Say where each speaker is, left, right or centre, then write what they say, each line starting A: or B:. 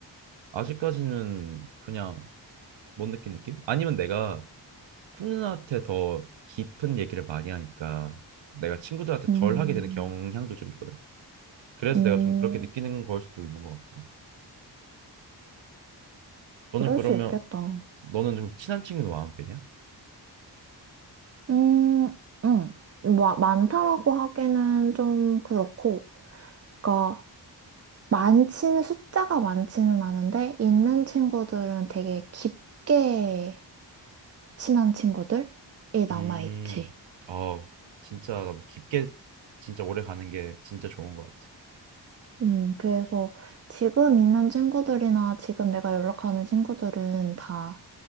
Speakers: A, on the right; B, on the right.
A: 아직까지는 그냥 못 느낀 느낌? 아니면 내가 쿤누나한테 더 깊은 얘기를 많이 하니까 내가 친구들한테
B: 음,
A: 덜 하게 되는 경향도 좀 있거든. 그래서
B: 음,
A: 내가 좀 그렇게 느끼는 걸 수도 있는 것 같긴 해. 너는
B: 그럴
A: 그러면
B: 수 있겠다.
A: 너는 좀 친한 친구도 많은 편이야?
B: 음, 음, 뭐, 많다라고 하기는 좀 그렇고, 그니까 많지는, 숫자가 많지는 않은데, 있는 친구들은 되게 깊게 친한 친구들이 남아있지.
A: 음, 아, 진짜 나도 깊게 진짜 오래 가는 게 진짜 좋은 것 같아.
B: 음, 그래서 지금 있는 친구들이나 지금 내가 연락하는 친구들은 다